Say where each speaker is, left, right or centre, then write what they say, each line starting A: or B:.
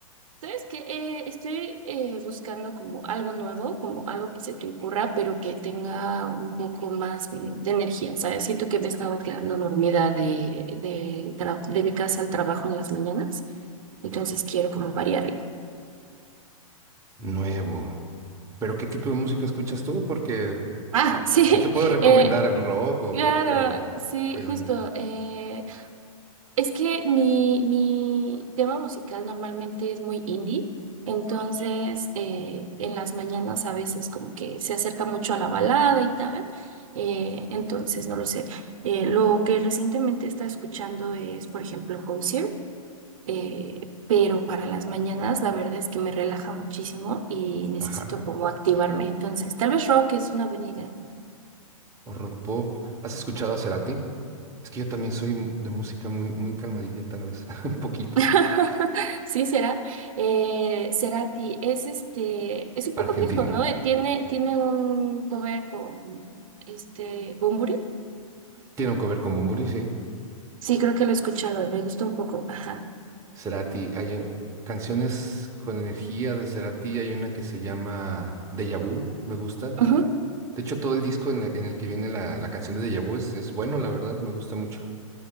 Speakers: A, on the right; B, on the right.
A: Sabes que eh, estoy eh, buscando como algo nuevo, como algo que se te ocurra, pero que tenga un poco más de, de energía, ¿sabes? Siento que me he estado quedando dormida de, de, tra- de mi casa al trabajo en las mañanas, entonces quiero como variarle.
B: Nuevo. Pero ¿qué tipo de música escuchas tú? Porque
A: Ah, sí.
B: yo te puedo
A: <laughs>
B: recomendar
A: eh,
B: el rock o
A: Claro,
B: pop, pero,
A: sí,
B: pero
A: justo.
B: no.
A: eh, es que mi, mi tema musical normalmente es muy indie, entonces eh, en las mañanas a veces como que se acerca mucho a la balada y tal, eh, entonces no lo sé. Eh, lo que recientemente he escuchando es, por ejemplo, Hozier, eh, pero para las mañanas la verdad es que me relaja muchísimo y necesito
B: Ajá,
A: como activarme, entonces tal vez rock es una buena idea.
B: o rock pop. ¿Has escuchado a Cerati? Es que yo también soy m- de música muy, muy calmadilla, tal vez, <laughs> un poquito.
A: <laughs> Sí, será. Eh, Cerati es este, es un poco
B: Argentino.
A: viejo, ¿no? Eh, Tiene, tiene un cover con este Bunbury.
B: Tiene un cover como Muri, sí.
A: Sí, creo que lo he escuchado, me gusta un poco. Ajá.
B: Cerati, hay eh, canciones con energía de Cerati, hay una que se llama Deja Vu, me gusta.
A: Ujú.
B: De hecho, todo el disco en, la- en el que viene la, la canción de Deja Vu es, es bueno, la verdad, me gusta mucho.